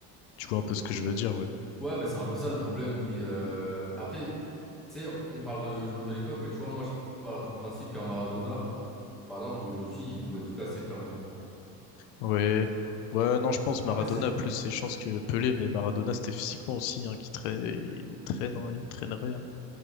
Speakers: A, on the left; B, in the centre.
A: Tu vois un peu ce que je veux dire, ouais.
B: Ouais, ben c'est un peu ça le problème. Puis euh, après, tu sais, on parle de joueurs de l'époque, mais tu vois, moi, je pars du principe qu'un Maradona, par exemple, aujourd'hui, il pourrait tout casser, clairement.
A: Ouais. Ouais, non, je pense
B: Après,
A: Maradona
B: c'est-
A: a plus ses chances que Pelé, mais Maradona, c'était physiquement aussi, hein, qui traîne, il traîne, hein, il traînerait, hein.